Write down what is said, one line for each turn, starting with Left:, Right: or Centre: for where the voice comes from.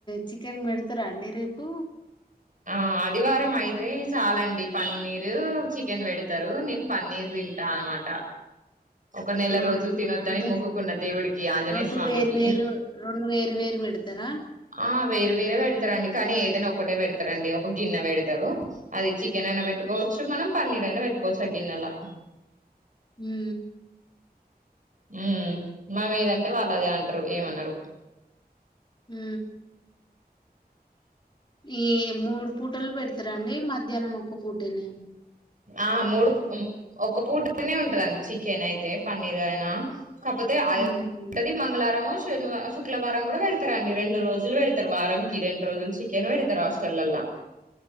Left: చికెన్ పెడతారా అండి రేపు
Right: ఆ ఆదివారం అయితే చాలండి పన్నీరు చికెన్ వెడతారు నేను పన్నీర్ తింటా అనమాట ఒక నెల
Left: ఆహా
Right: రోజులు తినొద్దని
Left: అంటే
Right: మొక్కుకున్న దేవుడికి ఆంజనేయ
Left: రెండు
Right: స్వామికి
Left: వేరు వేరు రెండు వేరు వేరు వెడతారా
Right: ఆ వేరు వేరే వెడతారంండి కానీ ఏదైనా ఒకటే వెడతారంండి ఒక గిన్నె వెడతారు అది చికెన్ అయినా పెట్టుకోవచ్చు మనం పన్నీర్ అయినా పెట్టుకోవచ్చు ఆ గిన్నెలా
Left: హూ
Right: ఉ మనం ఏదంటే వాళ్ళు అదే అంటారు ఏమన్నారు
Left: అ ఈ మూడు పూటలు పెడతారంండి మధ్యాహ్నం ఒక్క పూటనే
Right: ఆ మూడుూ ఒక పూటనే ఉంటదండి చికెన్ అయితే పన్నీర్ అయినా కాకపోతే ఆది
Left: ఉహు
Right: ఉంటది మంగళారం శనివ శుక్లావారం కూడా పెడతారండి రెండు రోజులు పెడతారు వారంకి రెండు రోజులు చికెన్ పెడతారు ఇద్ద రా హస్టలల్లా